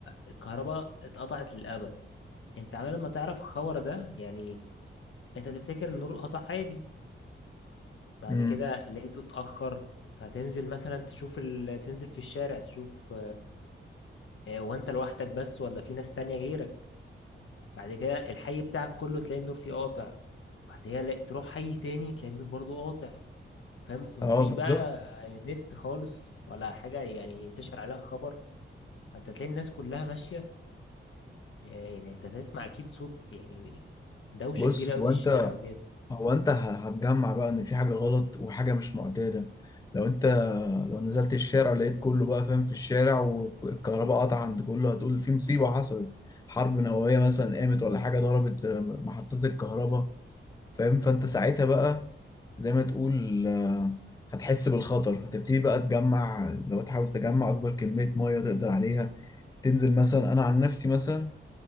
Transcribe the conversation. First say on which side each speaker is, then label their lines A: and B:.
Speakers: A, on the left; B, on the left.
A: الكهرباء اتقطعت للأبد انت عمال ما تعرف الخبر ده يعني انت تفتكر النور قطع عادي بعد
B: امم
A: كده لقيته اتأخر فتنزل مثلا تشوف ال... تنزل في الشارع تشوف آه، وانت لوحدك بس ولا في ناس تانية غيرك بعد كده الحي بتاعك كله تلاقي النور فيه قاطع بعدها لا- تروح حي تاني تلاقي النور برضو قاطع فاهم ومفيش
B: اه بالظبط
A: بقى نت خالص ولا حاجة يعني ينتشر عليها خبر فانت تلاقي الناس كلها ماشية آه، يعني انت تسمع اكيد صوت يعني دوشة
B: بص
A: كبيرة قوي
B: هو
A: في الشارع
B: انت
A: وكده
B: هو انت ه- هتجمع بقى ان في حاجه غلط وحاجه مش معتاده لو انت لو نزلت الشارع لقيت كله بقى فاهم في الشارع والكهرباء قطع عند كله هتقول في مصيبه حصلت حرب نوويه مثلا قامت ولا حاجه ضربت محطات الكهرباء فاهم فانت ساعتها بقى زي ما تقول آه، هتحس بالخطر هتبتدي بقى تجمع لو تحاول تجمع أكبر كمية مية تقدر عليها تنزل مثلا أنا عن نفسي مثلا